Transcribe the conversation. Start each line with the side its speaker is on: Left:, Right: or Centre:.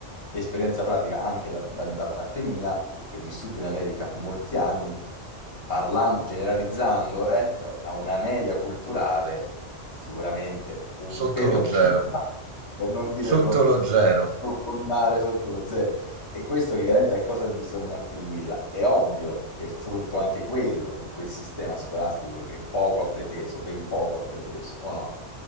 Left: esperienza pratica anche da, da- da parte mia, perché ho vissuto in America molti anni, parlando, generalizzando, eh, però la- una media culturale sicuramente un
Right: Sotto
Left: pelo
Right: lo zero.
Left: più bassa, per non dire
Right: Sotto
Left: proprio
Right: lo zero.
Left: profondare sotto lo zero. E questo chiaramente a cosa bisogna attribuirla? È ovvio che è frutto anche quello di quel sistema scolastico che poco ha preteso, ben poco ha preteso, o no?